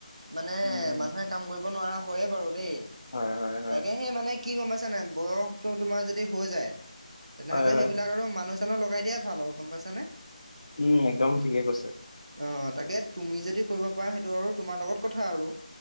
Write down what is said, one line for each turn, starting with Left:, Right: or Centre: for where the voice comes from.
Right: মানে
Left: উম
Right: মানুহে,, কাম কৰিব নোৱাৰা হয়য়ে বাৰু দেই
Left: হয় হয় হয়
Right: তাকে সে মানে কি গম পাইছা নাই বয়স তো তোমাৰ যদি হৈ যায় তেনেহ'লে
Left: হয় হয়
Right: সেইবিলাক আৰু মানুহ চানুহ লগাই দিয়াই ভাল আৰু গম পাইছা নাই।
Left: উমঁ একদম ঠিকে কৈছে।
Right: অ তাকে তুমি যদি কৰিব পাৰা সেইটো আৰু তোমাৰ লগত কথা আৰু।